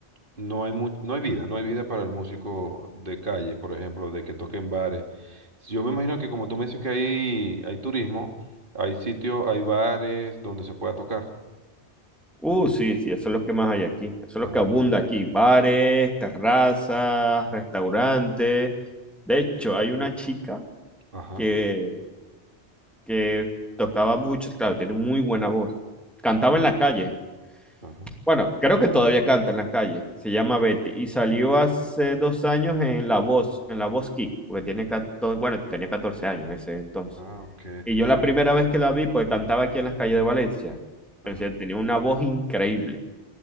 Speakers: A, on the right; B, in the centre.
A: no hay mu- no hay vida, no hay vida para el músico de calle, por ejemplo, de que toque en bares. Yo me imagino que como tú me dices que hay, hay turismo, hay sitios, hay bares donde se pueda tocar.
B: Uh, sí, sí, eso es lo que más hay aquí. Eso es
A: Ah,
B: lo que abunda aquí. Bares, terrazas, restaurantes. De hecho, hay una chica
A: ajá,
B: que, que tocaba mucho, claro, tiene muy buena voz. Cantaba
A: correcto.
B: en la calle.
A: Ajá.
B: Bueno, creo que todavía canta en la calle. Se llama Betty y salió hace dos años en La Voz, en La Voz Kick, porque tiene 14, bueno, tenía 14 años en ese entonces.
A: Ah, ok.
B: Y yo la primera vez que la vi, pues cantaba aquí en las calles de Valencia. Pero,
A: Ajá.
B: O sea, tenía una voz increíble.